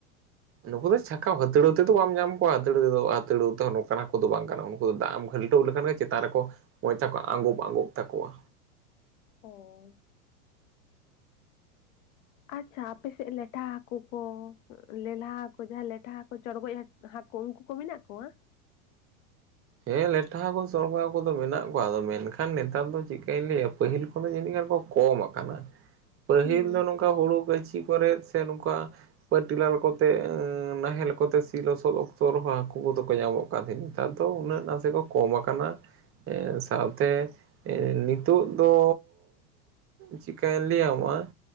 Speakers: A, on the right (about 30°); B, on the left (about 60°).
A: ᱱᱩᱠᱩ ᱫᱚ ᱪᱷᱟᱠᱟᱣ ᱦᱟᱹᱛᱲᱟᱹᱣ ᱛᱮᱫᱚ ᱵᱟᱢ ᱧᱟᱢ ᱠᱚᱣᱟ ᱦᱟᱹᱛᱲᱟᱹ ᱟᱨ ᱦᱟᱹᱛᱲᱟᱹ ᱛᱮᱦᱚᱸ ᱱᱚᱝᱠᱟᱱ ᱦᱟᱠᱚ ᱫᱚ ᱵᱟᱝ ᱜᱟᱱᱚᱜ ᱩᱱᱠᱩ ᱫᱚ ᱫᱟᱜ ᱮᱢ ᱠᱷᱟᱹᱞ ᱴᱟᱹᱣ ᱞᱮᱠᱷᱟᱱ ᱜᱮ ᱪᱮᱛᱟᱱ ᱨᱮᱠᱚ ᱢᱚᱪᱟ ᱠᱚ ᱟᱜᱚᱵ-ᱟᱜᱚᱵ ᱛᱟᱠᱚᱣᱟ᱾
B: ᱚ ᱟᱪᱪᱷᱟ ᱟᱯᱮᱥᱮᱫ ᱞᱮᱴᱷᱟ ᱦᱟᱠᱩ ᱠᱚ ᱞᱮᱞᱦᱟ ᱦᱟᱠᱩ ᱡᱟᱦᱟᱸ ᱞᱮᱴᱷᱟ ᱦᱟᱹᱠᱩ ᱪᱚᱲᱜᱚᱡ ᱦᱟ ᱦᱟᱹᱠᱩ ᱩᱱᱠᱩ ᱠᱚ ᱢᱮᱱᱟᱜ ᱠᱚᱣᱟ?
A: ᱦᱮᱸ ᱞᱮᱴᱷᱟ ᱦᱟᱹᱠᱩ ᱥᱚᱨᱜᱚᱡ ᱦᱟᱹᱠᱩ ᱫᱚ ᱢᱮᱱᱟᱜ ᱠᱚᱣᱟ, ᱟᱫᱚ ᱢᱮᱱᱠᱷᱟᱱ ᱱᱮᱛᱟᱨ ᱫᱚ ᱪᱮᱫᱠᱟᱧ ᱞᱟᱹᱭᱟ᱾ ᱯᱟᱹᱦᱤᱞ ᱠᱷᱚᱱᱟᱜ ᱡᱟᱹᱱᱤᱡ ᱜᱟᱱ ᱠᱚ ᱠᱚᱢ ᱟᱠᱟᱱᱟ᱾ ᱯᱟᱹᱦᱤᱞ
B: ᱦᱩᱸ
A: ᱫᱚ ᱱᱚᱝᱠᱟ ᱦᱩᱲᱩ ᱜᱟᱹᱪᱷᱤ ᱠᱚᱨᱮᱫ ᱥᱮ ᱱᱚᱝᱠᱟ ᱯᱟᱹᱛᱤᱞᱟᱞ ᱠᱚᱛᱮ ᱱᱟᱦᱮᱞ ᱠᱚᱛᱮ ᱥᱤ ᱞᱚᱥᱚᱫ ᱚᱠᱛᱚ ᱨᱮᱦᱚᱸ ᱦᱟᱠᱩ ᱠᱚᱫᱚ ᱠᱚ ᱧᱟᱢᱚᱜ ᱠᱟᱱ ᱛᱟᱦᱮᱸᱫ ᱱᱮᱛᱟᱨ ᱛᱚ ᱩᱱᱟᱹᱜ ᱱᱟᱥᱮ ᱠᱚ ᱠᱚᱢ ᱟᱠᱟᱱᱟ ᱮᱸ ᱥᱟᱶᱛᱮ ᱱᱤᱛᱳᱜ ᱫᱚ ᱪᱤᱫᱠᱟᱧ ᱞᱟᱹᱭᱟᱢᱟ